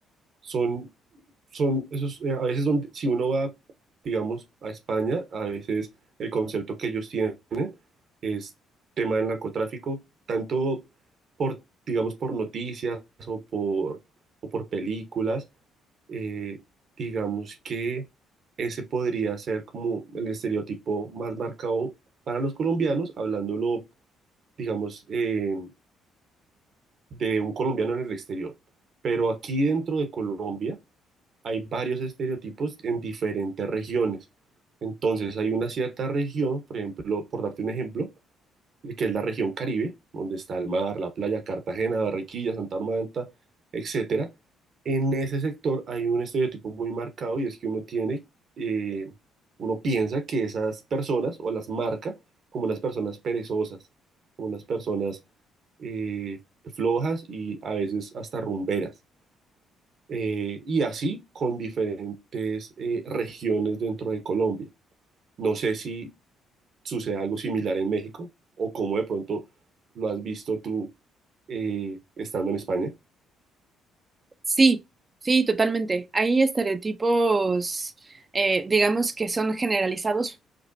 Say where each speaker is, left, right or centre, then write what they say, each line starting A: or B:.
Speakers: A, on the right (about 55°); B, on the right (about 30°).
A: son, son esos, eh, a veces donde, si uno va, digamos, a España, a veces el concepto que ellos tienen es tema del narcotráfico, tanto por, digamos, por noticias o por, o por películas, eh, digamos que ese podría ser como el estereotipo más marcado para los colombianos, hablándolo, digamos, eh, de un colombiano en el exterior. Pero aquí dentro de Colombia, hay varios estereotipos en diferentes regiones. Entonces, hay una cierta región, por ejemplo, por darte un ejemplo, que es la región Caribe, donde está el mar, la playa, Cartagena, Barranquilla, Santa Marta, etcétera. En ese sector hay un estereotipo muy marcado y es que uno tiene, eh, uno piensa que esas personas o las marca como unas personas perezosas, como unas personas eh, flojas y a veces hasta rumberas eh, y así con diferentes eh, regiones dentro de Colombia. No sé si sucede algo similar en México o cómo de pronto lo has visto tú eh, estando en España.
B: Sí, sí, totalmente. Hay estereotipos, eh, digamos, que son generalizados